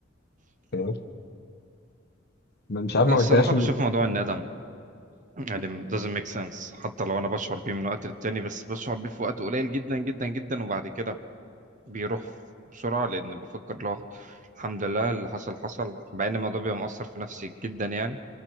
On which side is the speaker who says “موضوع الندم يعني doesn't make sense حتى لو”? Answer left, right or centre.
Right